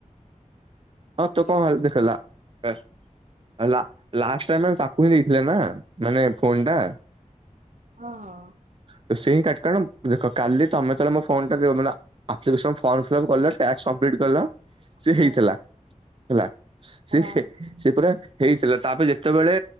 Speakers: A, on the right; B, on the right.
A: ହଁ ତୁ
B: ଛାଡ
A: କଣ ଦେଖେଇଲା। ହେ ଲା ଲାଷ୍ଟ ଟାଇମ ତାକୁ ହିଁ ଦେଇଥିଲେ ନା ମାନେ ଫୋନ ଟା।
B: ହଁ ହଁ
A: ତ ସେ ହିଁ କାଟ କଣ ଦେଖ କାଲି ତମେ ଯେତେବେଳେ ମୋ ଫୋନ ଟା ଦେଖୁଥିଲ ମାନେ ଆପ୍ଲିକସନ ଫର୍ମ ଫିଲି ଅପ୍ କଲ ଟାସ୍କ ସମ୍ବିଟ କଲ ସେ
B: ହଁ
A: ହେଇଥିଲା ହେଲା
B: ହଁ
A: ସେ
B: ହଁ
A: ସେ ପା ହେଇଥିଲା ତାପରେ ଯେତେବେଳେ